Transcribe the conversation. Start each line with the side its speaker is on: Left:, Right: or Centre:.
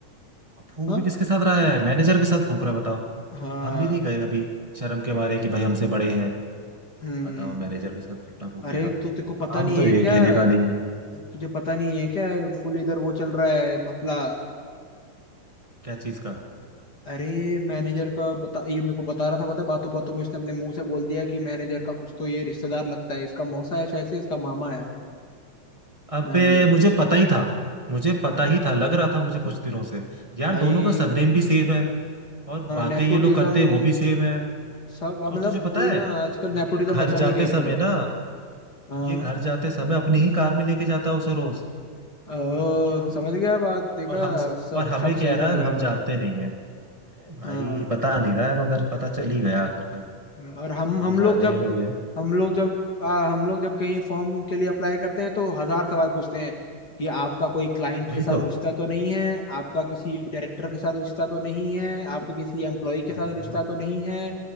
Right: अब फूक
Left: हाँ
Right: भी किसके साथ रहा है मैनेजर के साथ फूक रहा है, बताओ
Left: हाँ
Right: हम भी नहीं गए कभी शर्म के मारे कि भाई हमसे बड़े हैं
Left: हम्म
Right: बताओ मैनेजर के साथ सुट्टा फूकेगा
Left: अरे तो तेको पता
Right: काम
Left: नहीं
Right: तो
Left: है
Right: एक
Left: क्या
Right: ढेले का नहीं है
Left: तुझे पता नहीं है क्या फुल इधर वो चल रहा है घपला
Right: क्या चीज का
Left: अरे मैनेजर का बता ये मेरे को बता रहा था पता है बातों बातों में इसने अपने मुंह से बोल दिया कि मैनेजर का कुछ तो ये रिश्तेदार लगता है इसका मौसा है शायद से इसका मामा है
Right: अबे
Left: मैनेजर
Right: मुझे पता ही था मुझे पता ही था लग रहा था मुझे कुछ दिनों से यार
Left: भाई
Right: दोनों का सरनेम भी सेम है और बातें
Left: नेपोटिज्म
Right: ये लोग करते हैं वो भी सेम है
Left: सब अब
Right: और
Left: मतलब
Right: तुझे पता
Left: वही
Right: है
Left: ना आजकल
Right: ये
Left: नेपोटिज्म
Right: घर
Left: बचा नहीं
Right: जाते
Left: कहीं
Right: समय
Left: पे
Right: ना
Left: हाँ
Right: ये घर जाते समय अपनी ही कार में लेके जाता है उसे रोज
Left: ओ,
Right: भाई क्या आदमी-
Left: समझ गया बात देखा
Right: और हम
Left: शक
Right: और हमें
Left: शक
Right: कह
Left: सही
Right: रहा
Left: था
Right: है
Left: मेरा
Right: हम जानते नहीं है भाई
Left: हाँ
Right: बता नहीं रहा है मगर पता चल ही गया आखिरकार
Left: और हम
Right: सही
Left: हम
Right: जा
Left: लोग
Right: रहे
Left: जब
Right: हैं ये लोग यार
Left: हम लोग जब आ, हम लोग जब कहीं फॉर्म के लिए अप्लाई करते हैं तो हजार सवाल पूछते हैं कि आपका कोई क्लाइंट
Right: वही
Left: के साथ
Right: तो
Left: रिश्ता तो नहीं है आपका किसी डायरेक्टर के साथ रिश्ता तो नहीं है आपके किसी एम्प्लॉय के
Right: हाँ।
Left: साथ रिश्ता तो नहीं है